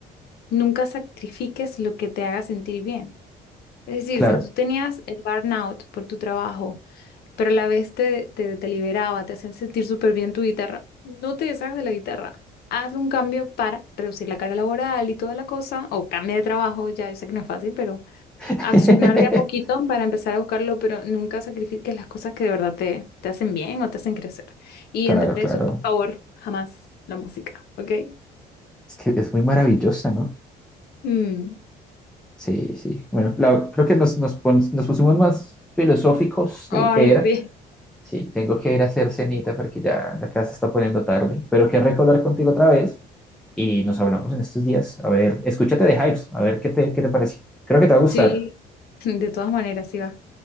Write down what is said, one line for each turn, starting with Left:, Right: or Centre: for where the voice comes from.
Left: nunca sacrifiques lo que te haga sentir bien. Es decir,
Centre: claro.
Left: si tú tenías el burnout por tu trabajo, pero a la vez te, te, te liberaba, te hacían sentir súper bien tu guitarra. No te deshagas de la guitarra. Haz un cambio para reducir la carga laboral y toda la cosa, o cambia de trabajo, ya yo sé que no es fácil, pero
Centre: <laughs>
Left: accionar de a poquito para empezar a buscarlo, pero nunca sacrifiques las cosas que de verdad te, te hacen bien o te hacen crecer. Y
Centre: Claro,
Left: entre
Centre: claro.
Left: eso, por favor, jamás la música, ¿ok?
Centre: Es que es muy maravillosa, ¿no?
Left: Mm.
Centre: Sí, sí. Bueno, la- creo que nos, nos, pon- nos pusimos más filosóficos
Left: Ay,
Centre: de lo que era.
Left: sí.
Centre: Sí, tengo que ir a hacer cenita porque ya la casa se está poniendo tarde. Pero qué rico hablar contigo otra vez y nos hablamos en estos días. A ver, escúchate de Hypes, a ver qué te, qué te parece. Creo que te va a gustar.
Left: Sí, <laughs> de todas maneras, sí va.